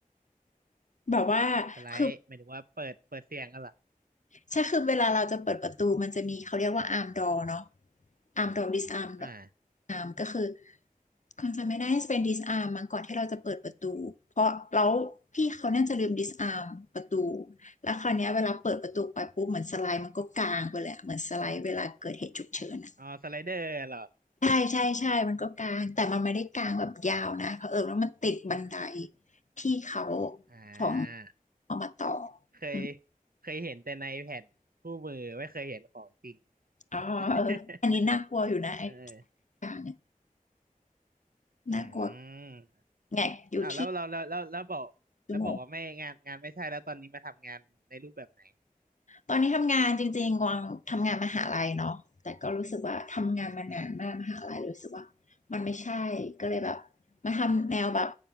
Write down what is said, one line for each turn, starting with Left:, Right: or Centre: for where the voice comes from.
Left: แบบว่า
Right: สไลด์หมายถึงว่าเปิดเปิดเสียงกันเหรอ
Left: คือ ใช่คือเวลาเราจะเปิดประตูมันจะมีเขาเรียกว่าอาร์มดอเนาะอาร์มดอดิสอาร์ม
Right: อ่า
Left: อาร์มก็คือความจำไม่ได้เป็นดิสอาร์มมันก่อนที่เราจะเปิดประตูเพราะแล้วพี่เขาน่าจะลืมดิสอาร์มประตูแล้วคราวเนี้ยเวลาเปิดประตูไปปุ๊บเหมือนสไลด์มันก็กลางไปเลยอะเหมือนสไลด์เวลาเกิดเหตุฉุกเฉินอะ
Right: อ๋อสไลเดอร์เหรอ
Left: ใช่ใช่ใช่มันก็กลางแต่มันไม่ได้กลางแบบยาวนะเผอิญว่ามันติดบันไดที่เขา
Right: อ่า
Left: ของเอามาต่อ
Right: เคย
Left: อม
Right: เคยเห็นแต่ในแผ่นคู่มือไม่เคยเห็นของจริง
Left: อ๋อเอออันนี้น่ากลัวอยู่นะ
Right: <laughs> เออ
Left: อย่างเนี่ย
Right: อืม
Left: น่ากลัวแงกอยู่ที่
Right: อ้าวแล้วเราเราแล้วแล้วบอกแล้วบอกว่าไม่งานงานไม่ใช่แล้วตอนนี้มาทำงานในรูปแบบไหน
Left: ชั่วโมงตอนนี้ทำงานจริงๆกวางทำงานมหาลัยเนาะแต่ก็รู้สึกว่าทำงานมานานมากมหาลัยรู้สึกว่ามันไม่ใช่ก็เลยแบบมาทำแนวแบบ
Right: อืม อืม